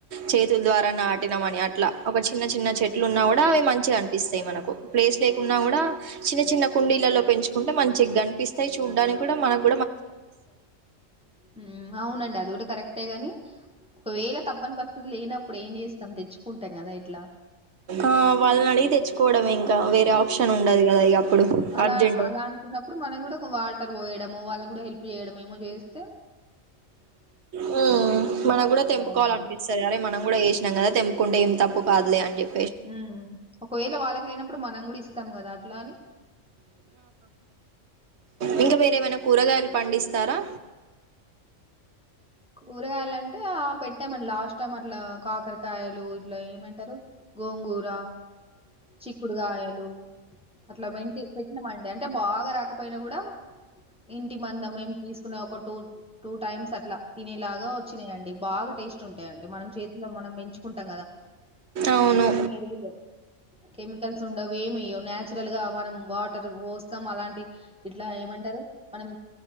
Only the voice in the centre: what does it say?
హ్ అవునండి అది కూడా కరెక్టే గాని ఒకవేళ తప్పని పరిస్థితి లేనప్పుడు ఏం చేస్తాం తెచ్చుకుంటాం కదా ఇట్లా
ఉమ్, అలా
అలా అనుకున్నప్పుడు మనం కూడా ఒక వాటర్ పోయడం వాళ్ళు కూడా హెల్ప్ చేయడం ఏమో చేస్తే
బాగుంటది
మ్ ఒకవేళ వాళ్ళకి లేనప్పుడు మన మనం కూడా ఇస్తాం కదా అట్లని
కూరగాయలాంటే ఆ పెట్టామండి లాస్ట్ టైం అట్లా కాకరకాయలు ఇట్లా ఏమంటారు. గోంగూర, చిక్కుడుగాయలు అట్లా వెంటి పెట్టినమండి. అంటే బాగా రాకపోయి పైన కూడా ఇంటి మందం మేము తీసుకునే ఒక కటుత్ టూ టైమ్స్ అట్లా తినేలాగా వచ్చినాయండి బాగా టేస్ట్ ఉంటాయండి. మనం చేతిల్లో మనం పెంచుకుంటాం కదా
ఏం ఎరువులే కెమికల్స్ ఉండవు ఏం ఏయ్యావ్ న్యాచ్ చురల్ గా మనం వాటర్ పోస్తాం అలాంటి ఇట్లా ఏమంటారు మనం